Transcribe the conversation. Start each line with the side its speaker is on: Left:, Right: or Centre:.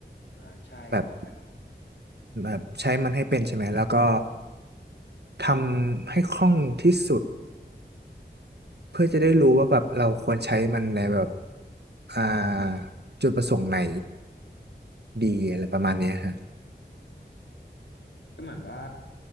Left: อ่าใช่ครับใช่ครับ
Right: แบบแบบใช้มันให้เป็นใช่ไหมแล้วก็ทำให้คล่องที่สุดเพื่อจะได้รู้ว่าแบบเราควรใช้มันในแบบอ่าจุดประสงค์ไหนดีอะไรประมาณเนี้ยฮะ
Left: ก็เหมือนว่า